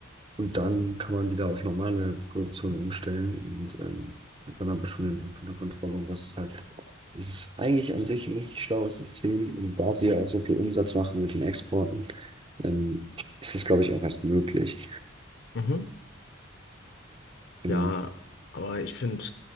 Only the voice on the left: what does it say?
mhm.
Ja, aber ich finde,